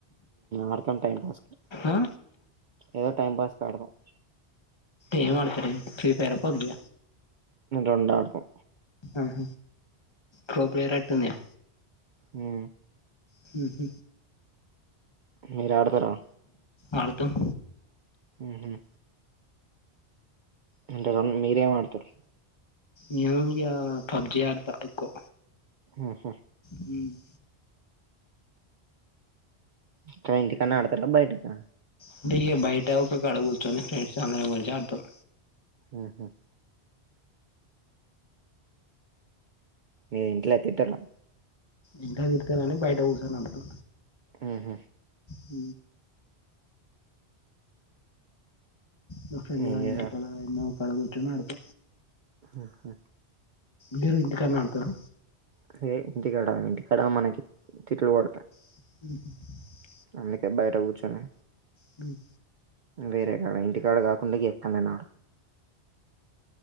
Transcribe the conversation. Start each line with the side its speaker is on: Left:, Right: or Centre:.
Right: ఆడతాం టైం పాస్కి
Left: ఆ
Right: ఏదో టైం పాస్ ఆడుతం
Left: ఏం అడుతరెంది ఫ్రీ ఫైర్ ఆ పబ్జి
Right: రెండు ఆడుతాం
Left: ఆహ కో ప్లేయర్ అట్టుందిగా
Right: ఉ
Left: హ్ హ్
Right: మీరు ఆడతారా
Left: ఆడతాం
Right: హ్మ్ హ్మ్ అంటే రం మీరేం ఆడతారు
Left: నేను ఇక పబ్జి ఆడతా ఎక్కువ
Right: ఆహా
Left: హ్మ్
Right: ఎక్కడ ఇంటికాడనే ఆడతారా బయటకా
Left: అంటే ఇ బయట ఒక కడ కూర్చోని ఫ్రెండ్స్ అందరం కలిసి ఆడుతాం
Right: హహా మీ ఇంట్లో తిట్టరా
Left: ఇంట్ల తిరుతనని బయట కూర్చొని అడుతా
Right: ఆహ
Left: హ మా ఫ్రెండ్
Right: ఏం
Left: గాని
Right: చేసారు
Left: ఇంటికాడ అక్కడ కూర్చుని ఆడుత
Right: ఉహు
Left: మీరు ఇంటికడానే ఆడుతారా
Right: అదే ఇంటి కాడా ఇంటి మనకి తిట్లు పడతాయి
Left: <inaudible>
Right: అందుకే బయట కూర్చొని
Left: హ్మ్
Right: వేరే కాడా ఇంటి అక్కడ కాకుండా ఎక్కడన్నన